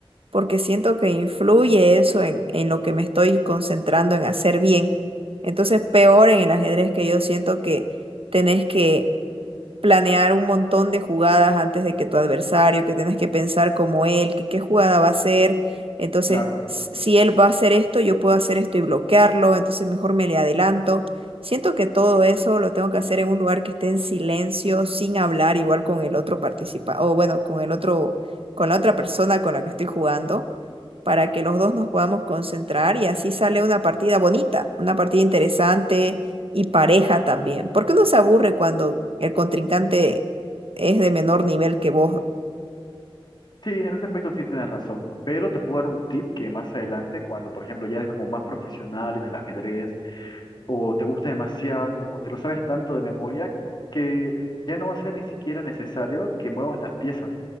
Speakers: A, on the right; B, on the left.
A: porque siento que influye eso en, en lo que me estoy concentrando en hacer bien. Entonces, peor en el ajedrez que yo siento que tenés que planear un montón de jugadas antes de que tu adversario, que tienes que pensar como él, que qué jugada va a hacer. Entonces,
B: Claro.
A: s- si él va a hacer esto, yo puedo hacer esto y bloquearlo, entonces mejor me le adelanto. Siento que todo eso lo tengo que hacer en un lugar que esté en silencio, sin hablar, igual con el otro participante, o bueno, con el otro, con la otra persona con la que estoy jugando, para que los dos nos podamos concentrar y así sale una partida bonita, una partida interesante y pareja también, porque uno se aburre cuando el contrincante es de menor nivel que vos.
B: Sí, en ese aspecto sí tienes razón, pero te puedo dar un tip que más adelante, cuando por ejemplo ya eres como más profesional en el ajedrez o te gusta demasiado, o te lo sabes tanto de memoria, que ya no va a ser ni siquiera necesario que muevas las piezas,